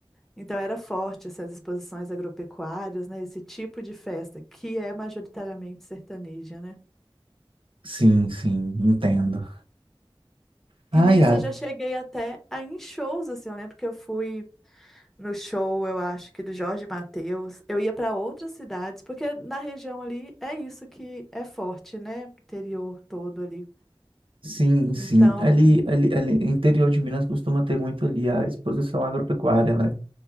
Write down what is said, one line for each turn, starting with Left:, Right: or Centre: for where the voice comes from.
Centre: Então era forte essas exposições agropecuárias, né? Esse tipo de festa, que é majoritariamente sertaneja, né?
Right: Sim, sim, entendo.
Centre: Hum.
Right: Ai,
Centre: E nisso
Right: ai.
Centre: eu já cheguei até a ir em shows, assim, eu lembro que eu fui no show, eu acho que do Jorge Mateus. Eu ia para outras cidades, porque na região ali é isso que é forte, né? Interior todo ali.
Right: Sim,
Centre: Então,
Right: sim. Ali, ali, ali, interior de Minas costuma ter muito ali a exposição agropecuária, né?